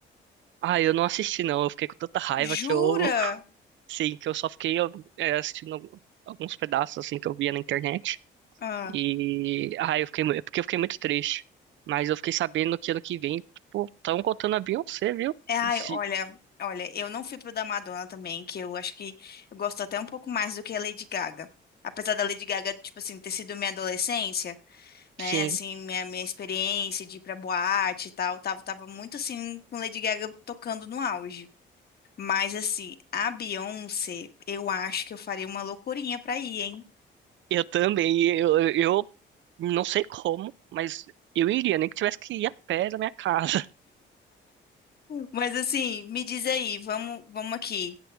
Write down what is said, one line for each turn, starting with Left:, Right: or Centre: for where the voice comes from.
Right: Ah, eu não assisti, não. Eu fiquei com tanta raiva
Left: Jura?
Right: que eu. Sim, que eu só fiquei ó, é, assistindo algu- alguns pedaços, assim, que eu via na internet.
Left: Ah.
Right: E. Ah, eu fiquei. mu- é Porque eu fiquei muito triste. Mas eu fiquei sabendo que ano que vem, tipo, estão contando a Beyoncé, viu?
Left: É, Ai,
Right: Se-
Left: olha, olha, eu não fui pro da Madonna também, que eu acho que eu gosto até um pouco mais do que a Lady Gaga. Apesar da Lady Gaga, tipo assim, ter sido minha adolescência. né?
Right: Sim.
Left: Assim, minha, minha experiência de ir pra boate e tal, tava, tava muito assim, com Lady Gaga tocando no auge. Mas assim, a Beyoncé, eu acho que eu farei uma loucurinha pra ir, hein?
Right: Eu também, eu, eu não sei como, mas eu iria, nem que tivesse que ir a pé da minha casa. <laughs>
Left: Mas assim, me diz aí, vamos, vamos aqui.